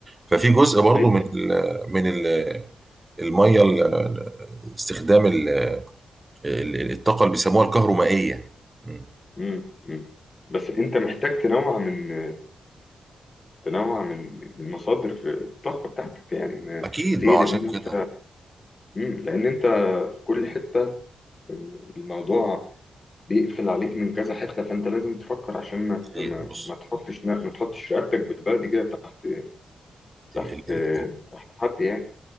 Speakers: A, on the right; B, on the left.
A: ففي جزء برضو
B: ايوه
A: من ال من ال الميه ال- استخدام ال- ال- الطاقه اللي بيسموها الكهرومائيه مم.
B: امم أمم. بس انت محتاج تنوع من تنوع من من مصادر الطاقه بتاعتك يعني ما-
A: اكيد
B: ليه
A: ما هو
B: لان
A: عشان
B: انت
A: كده
B: امم لان انت في كل حته الموضوع بيقفل عليك من كذا حته فانت لازم تفكر عشان ما
A: هي
B: ت- ما
A: بص
B: ما تحطش ما تحطش رقبتك بالبلدي كده تحت تحت
A: ال- ال-
B: تحت حد يعني